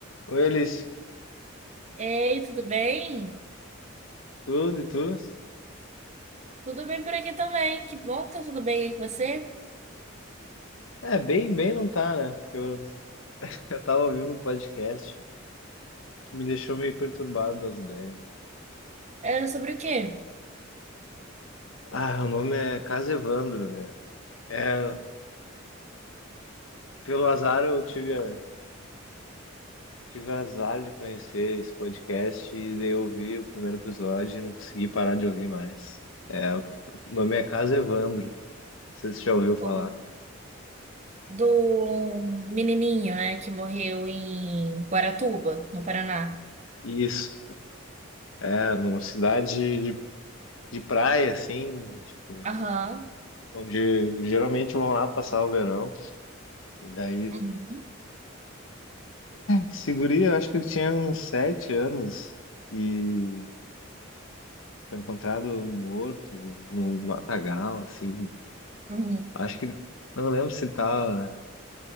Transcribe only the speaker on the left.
Oi, Alice.
Tudo e tudo?
É, bem, bem não tá, né? Porque eu, <laughs> eu tava ouvindo um podcast que me deixou meio perturbado das ideias.
Ah, o nome é Casa Evandro, né? É, pelo azar eu tive, a- tive azar de conhecer esse podcast e daí eu ouvi o primeiro episódio e não consegui parar de ouvir mais. É, o nome é Casa Evandro. Não sei se você já ouviu falar.
Isso, é, numa cidade de, de praia, assim, tipo,
onde geralmente vão lá passar o verão. Daí,
esse guri, eu acho que ele tinha uns sete anos e foi encontrado morto no matagal, assim.
Acho que, não lembro se tá